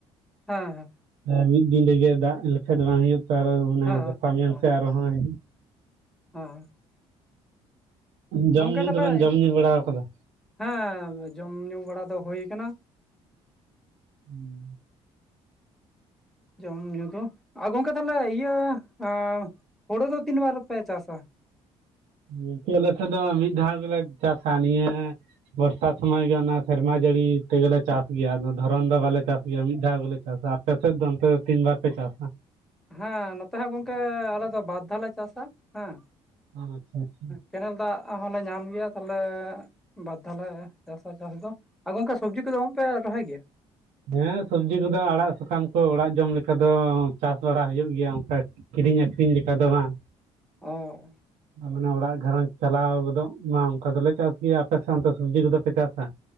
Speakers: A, in the centre; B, on the right (about 80°).
A: ᱦᱮᱸ ᱦᱮᱸ
B: ᱮ ᱢᱤᱫ ᱫᱤᱱ ᱨᱮᱜᱮ ᱫᱟᱜ ᱞᱮᱠᱷᱟᱡ ᱫᱚ ᱵᱟᱝ ᱦᱩᱭᱩᱜ ᱛᱚ ᱟᱨᱚ ᱚᱱᱮ
A: ᱦᱮᱸ
B: ᱜᱟᱯᱟ ᱢᱮᱭᱟᱝ ᱥᱮ ᱟᱨᱦᱚᱸᱭ
A: ᱦᱮᱸ
B: ᱡᱚᱢ
A: ᱜᱚᱝᱠᱮ
B: ᱧᱩ
A: ᱛᱟᱦᱚᱞᱮ
B: ᱫᱚᱵᱮᱱ ᱡᱚᱢ ᱧᱩ ᱵᱟᱲᱟᱣ ᱠᱟᱫᱟ?
A: ᱦᱮᱸ ᱡᱚᱢ ᱧᱩ ᱵᱟᱲᱟ ᱫᱚ ᱦᱳᱭ ᱠᱟᱱᱟ᱾
B: <inaudible>
A: ᱡᱚᱢ ᱧᱩ ᱫᱚ ᱟ ᱜᱚᱝᱠᱮ ᱛᱟᱦᱞᱮ ᱤᱭᱟᱹ ᱮᱸ ᱦᱳᱲᱳ ᱫᱚ ᱛᱤᱱ ᱵᱟᱨ ᱯᱮ ᱪᱟᱥᱟ?
B: ᱜᱚᱝᱠᱮ ᱟᱞᱮ ᱥᱮᱫ ᱫᱚ ᱢᱤᱫ ᱫᱷᱟᱣ ᱜᱮᱞᱮ ᱪᱟᱥᱟ ᱱᱤᱭᱟᱹ ᱵᱚᱨᱥᱟ ᱥᱚᱢᱚᱭ ᱜᱮ ᱚᱱᱟ ᱥᱮᱨᱢᱟ ᱡᱟᱹᱲᱤ ᱛᱮᱜᱮ ᱞᱮ ᱪᱟᱥ ᱜᱮᱭᱟ ᱟᱫᱚ᱾ ᱫᱷᱟᱨᱚᱱ ᱫᱚ ᱵᱟᱞᱮ ᱪᱟᱥ ᱜᱮᱭᱟ, ᱢᱤᱫ ᱫᱷᱟᱣ ᱜᱮᱞᱮ ᱪᱟᱥᱟ᱾ ᱟᱯᱮ ᱥᱮᱫ ᱫᱚ ᱚᱱᱛᱮ ᱫᱚ ᱛᱤᱱ ᱵᱟᱨ ᱯᱮ ᱪᱟᱥᱟ?
A: ᱦᱮᱸ ᱱᱚᱛᱮ ᱦᱟᱸᱜ ᱜᱚᱝᱠᱮ ᱟᱞᱮ ᱫᱚ ᱵᱟᱨᱫᱷᱟᱣ ᱞᱮ ᱪᱟᱥᱟ ᱦᱮᱸ᱾
B: ᱟᱪᱪᱷᱟ ᱟᱪᱪᱷᱟ
A: ᱠᱮᱱᱮᱞ ᱫᱟᱜ ᱦᱚᱸᱞᱮ ᱧᱟᱢ ᱜᱮᱭᱟ ᱛᱟᱦᱞᱮ ᱵᱟᱫᱫᱷᱟᱞᱮ ᱪᱟᱥᱟ ᱪᱟᱥ ᱫᱚ᱾ ᱟ ᱜᱚᱝᱠᱮ ᱥᱚᱵᱽᱡᱤ ᱠᱩᱫᱚ ᱵᱟᱝᱯᱮ ᱨᱚᱦᱚᱭ ᱜᱮᱭᱟ?
B: ᱦᱮᱸ ᱥᱚᱵᱽᱡᱤ ᱠᱚᱫᱚ ᱟᱲᱟᱜ ᱥᱟᱠᱟᱢ ᱠᱚ ᱚᱲᱟᱜ ᱡᱚᱢ ᱞᱮᱠᱟ ᱫᱚ ᱪᱟᱥ ᱵᱟᱲᱟ ᱦᱩᱭᱩᱜ ᱜᱮᱭᱟ ᱚᱝᱠᱟ ᱜᱮ᱾ ᱠᱤᱨᱤᱧ ᱟᱹᱠᱷᱨᱤᱧ ᱞᱮᱠᱟ ᱫᱚ ᱵᱟᱝ᱾
A: ᱚ
B: ᱢᱟᱱᱮ ᱚᱲᱟᱜ ᱜᱷᱟᱨᱚᱸᱡᱽ ᱪᱟᱞᱟᱣ ᱜᱚᱫᱚᱜ ᱢᱟ ᱚᱝᱠᱟ ᱫᱚᱞᱮ ᱪᱟᱥ ᱜᱮᱭᱟ᱾ ᱟᱯᱮ ᱥᱮᱜ ᱚᱱᱛᱮ ᱥᱚᱵᱽᱡᱤ ᱠᱚᱫᱚᱯᱮ ᱪᱟᱥᱟ?